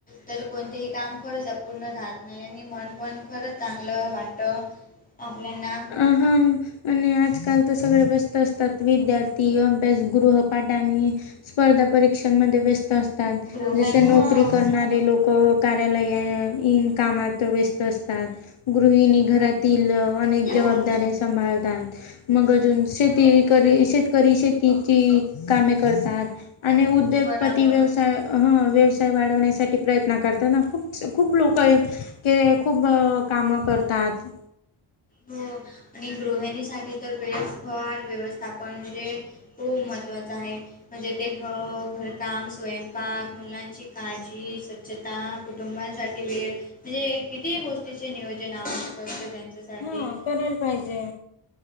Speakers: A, on the left; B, on the left.
A: तर कोणतेही काम खरंच अपूर्ण राहत नाही आणि मन पण खरंच चांगलं वाट आपल्या ना
B: हम हम आणि आजकाल तर सगळे व्यस्त असतात विद्यार्थी अभ्यास गृहपाठाने स्पर्धा परीक्षांमध्ये व्यस्त अस तात
A: गृह
B: जसे
A: हां
B: नोकरी करणारे लोक कार्यालय इन कामाात व्यस्त असतात गृहिणी घरातील अनेक
A: हो
B: जबाबदऱ्या सांभाळतात मग अजून शेती कर शेतकरी शेतीची कामे करतात आणि उद्योगपती
A: बराबर
B: व्यवसा हा व्यवसाय वाढवण्यासाठी प्रयत्न करताना खूप खूप लोक ते खूप कामं करतात
A: हो आणि गृहिणीसाठी तर वेळस फार व्यवस्थापन म्हणजे खूप महत्वाच आहे म्हणजे ते घ घरकाम स्वयंपाक मुलांची काळजी स्वच्छता कुटुंबांसाठी वेळ म्हणजे किती गोष्टीचे नियोजन आवश्यकते त्यांच्यासाठी
B: हा करायला पाहिजे